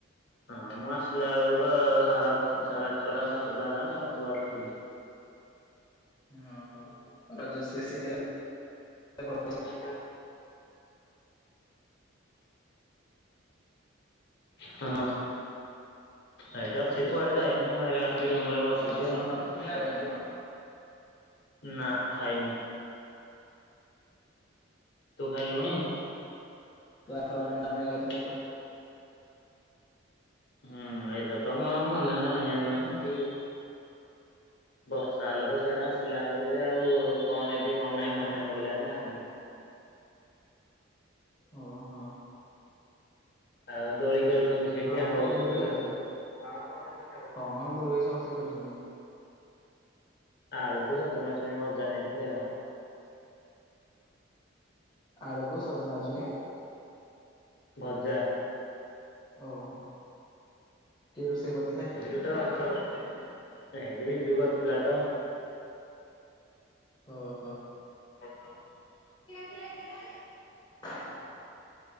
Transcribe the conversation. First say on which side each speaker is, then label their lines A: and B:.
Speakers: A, on the left; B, on the left.
A: ହଁ ମୁଁ ଆସିଲା ବେଳକୁ ତ ସା ସାଡ଼େ ଛଟା ସାତୁଟା ହେଲାଣି ଆଉ କୁଆଡ଼େ ଯିବି।
B: ଉଁ ଓହୋ ରଜ ସ୍ପେସିଆଲ <unintelligible>
A: <unintelligible> ହଁ। ଆଇଟି ଅଛି ତୁଆଡ଼େ ଯାଇନିି ରୁମ୍ ରେ ବସିଚି
B: ରଜପାନ
A: ଆଉ।
B: ଖାଇଲୁ ନା ନାଇଁ?
A: ନାଁ ଖାଇନି। ତୁ ଖାଇଲୁଣି?
B: ତୁ ଆର୍ଥରକ ଗଣିତ ଆମେ ଘର
A: <inaudible> <inaudible> ହୁଁ ଏଇଥର ତ ମୁଁ ଆଉ ମନେ ନାଇଁ ଆଣି ବାର୍ ନାଇଁ କି <inaudible> ବର୍ଷା ହେଲା ତ ସିଆଡ଼େ ଆସିଲା ବେଳକୁ ଯେ ଆଉ କଁ ନେବି କଣ ନାଇଁ ମନେ ପଇଲାନି ଆଣନି।
B: ଓହୋ।
A: ଆଉ ଦୋଳି ଖେଳୁଛନ୍ତି ସେଇଠି
B: ଆଉ
A: ଆମ୍ବ
B: କଣ
A: ଗଛଠି?
B: ନେଇଥିଲୁ ଖାଇବାକୁ?
A: ଆଉ ପଠେ <unintelligible>
B: ହଁ ଦୋଳି ସମସ୍ତେ ଖେଳୁଛନ୍ତି।
A: ଆଳୁ କୁ ସଜନା ଛୁଇଁ ଭଜା ନେଇଥିଲି ଆଉ।
B: ଆଳୁ କୁ ସଜନା ଚୁଇଁ।
A: ଭଜା।
B: ଓହୋ କିଏ ରୋଷେଇ କର
A: ଏ ଗୋଟେ ବର୍ଷର ନେଇ ଏବେ ବିଯୁ କରିଥିଲା ତ।
B: ଅ ହ।
A: <inaudible>
B: କିୟା କିୟା ଇଲ୍ହାରେ <inaudible>